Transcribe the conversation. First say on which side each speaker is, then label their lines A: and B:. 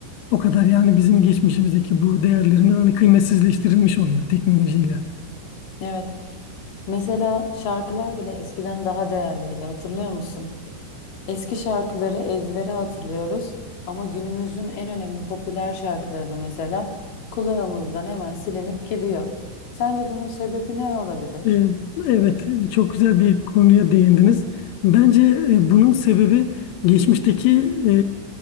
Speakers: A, on the left; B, on the left.
A: O kadar yani bizim geçmişimizdeki bu değerlerimiz hani kıymetsizleştirilmiş oluyor teknolojiyle.
B: Evet. Mesela şarkılar bile eskiden daha değerliydi, hatırlıyor musun? Eski şarkıları ezbere hatırlıyoruz ama günümüzün en önemli popüler şarkılarını mesela kulağımızdan hemen silinip gidiyor. Sence bunun sebebi ne olabilir?
A: E, evet, çok güzel bir konuya değindiniz. Bence e, bunun sebebi geçmişteki e,